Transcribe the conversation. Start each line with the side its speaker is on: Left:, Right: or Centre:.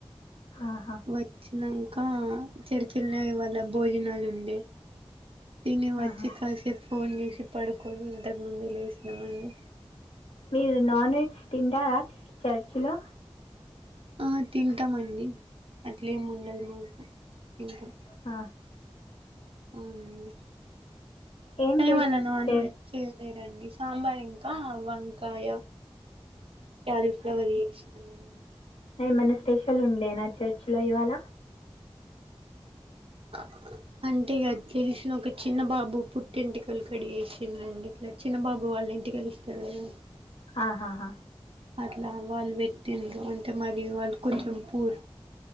Left: ఆహా
Right: వచ్చినంక చర్చల్నే ఇవాళ భోజనాలు ఉండే తిని వచ్చి
Left: ఆహా
Right: కసేపు ఫోన్ చేసి పడుకొని ఇంతకు ముందే లేసినమండి
Left: మీరు నాన్ వెజ్ తింటారా చర్చి లో
Right: ఆ తింటామండి అట్లేమి ఉండదు మాకు తింటాం
Left: ఆ
Right: అవునండి
Left: ఏం
Right: కనీ
Left: చేశారు
Right: ఇవాళ నన్ వెెజ్ రండి సాంబార్ ఇంకా వంకాయ క్యాలీఫ్లవర్ చేసినారండి
Left: ఏమన్నా స్పెషల్ ఉండే నా చర్చ్ లో ఇవాళ
Right: ఆ అంటే ఇగ తెలిసినోక చిన్న బాబు పుట్టెంటికల్ కడ్చేసిళ్ళండి ఇట్లా చిన్నబాబు వాళ్ళ ఎంటికాలు ఇస్తారు కదా
Left: ఆహాహా
Right: అట్లా వాళ్ళు పెటిండ్రు అంటే మరి వాళ్ళు కొంచెం పూర్